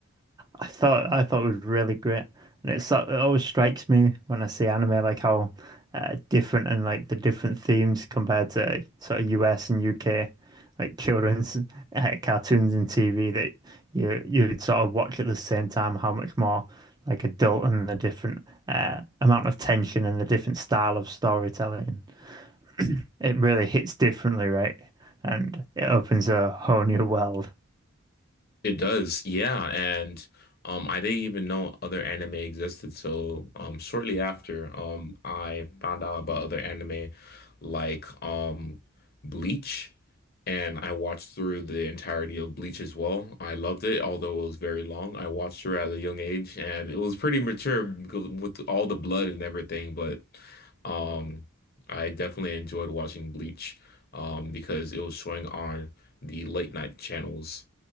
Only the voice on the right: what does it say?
I thought I thought it was really great, and it's so- it always strikes me when I see anime like how uh, different and like the different themes compared to sort of US and UK like children's <laughs> uh, cartoons and TV that you you'd sort of watch at the same time how much more like adult and the different uh, amount of tension and the different style of storytelling. <clears throat> It really hits differently, right? And it opens a whole new world.